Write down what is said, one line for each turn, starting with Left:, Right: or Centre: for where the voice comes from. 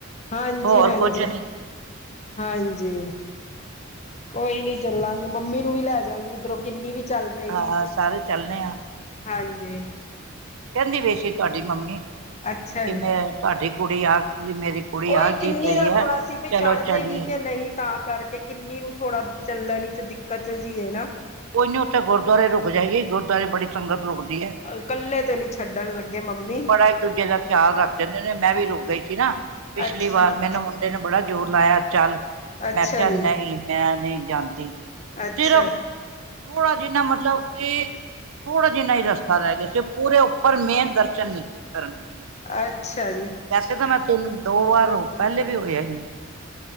Left: ਹਾਂਜੀ
Right: ਹੋਰ
Left: -ਹਾਂਜੀ।
Right: ਕੁਛ ਨੀ
Left: ਹਾਂਜੀ, ਕੋਈ ਨੀ ਚੱਲਾਂਗੇ ਮੰਮੀ ਨੂੰ ਵੀ ਲੈ ਜਾਗੀ ਇੱਧਰੋਂ ਕਿੰਨੀ ਵੀ ਚੱਲ ਪਏਗੀ
Right: ਹਾਂ ਸਾਰੇ ਚੱਲਣੇ ਆ
Left: ਹਾਂਜੀ
Right: ਕਹਿੰਦੀ ਬੇਸੀ ਤੁਹਾਡੀ ਮੰਮੀ
Left: ਅੱਛਾ
Right: ਕਿ
Left: ਜੀ
Right: ਮੈਂ ਤੁਹਾਡੀ ਕੁੜੀ ਆ ਮੇਰੀ ਕੁੜੀ
Left: ਉਹੀ
Right: ਆਖਦੀ
Left: ਕਿੰਨੀ
Right: ਪਈ
Left: ਦਾ
Right: ਹੈ
Left: ਥੋੜਾ ਸੀ ਵੀ
Right: ਚਲੋ
Left: ਚੜ੍ਹ
Right: ਚਲੀਏ
Left: ਦੇਗੀ ਕਿ ਨਹੀਂ ਤਾਂ ਕਰਕੇ ਕਿੰਨੀ ਨੂੰ ਥੋੜਾ ਚੱਲਣ ਚ ਦਿੱਕਤ ਜਿਹੀ ਹੈ ਨਾ
Right: ਕੋਈ ਨਹੀਂੀ ਉੱਥੇ ਗੁਰਦੁਆਰੇ ਰੁਕ ਜਾਏਗੀ ਗੁਰਦੁਆਰੇ ਬੜੀ ਸੰਗਤ ਰੁਕਦੀ ਹੈ
Left: ਇਕੱਲੇ ਤੇ ਨਹੀਂ ਛੱਡਣ ਲੱਗੇ ਮੰਮੀ
Right: ਬੜਾ ਇੱਕ ਦੂਜੇ ਦਾ ਖਿਆਲ ਰੱਖ ਦਿੰਦੇ ਨੇ ਮੈਂ ਵੀ ਰੁਕ ਗਈ ਸੀ ਨਾ ਪਿਛਲੀ
Left: ਅੱਛਾ
Right: ਵਾਰ ਮੈਨੂੰ ਮੁੰਡੇ ਨੇ ਬੜਾ ਜ਼ੋਰ ਲਾਇਆ ਚੱਲ
Left: ਅੱਛਾ
Right: ਮੈਂਖਿਆ
Left: ਜੀ
Right: ਨਹੀਂ ਮੈਂ ਨਹੀਂ ਜਾਂਦੀ
Left: ਅੱਛਾ
Right: ਸਿਰਫ ਥੋੜਾ ਜਿਨਾ ਮਤਲਬ ਕਿ ਥੋੜਾ ਜਿਨਾ ਹੀ ਰਸਤਾ ਰਹਿ ਗਿਆ ਸੀ ਪੂਰੇ ਉੱਪਰ ਮੇਨ ਦਰ ਚੰ ਕਰਨ ਮੈਂ
Left: ਅੱਛਾ ਜੀ।
Right: ਵੈਸੇ ਤਾਂ ਮੈਂ ਤਿੰਨ ਦੋ ਵਾਰ ਪਹਿਲੇ ਵੀ ਹੋਆ ਸੀ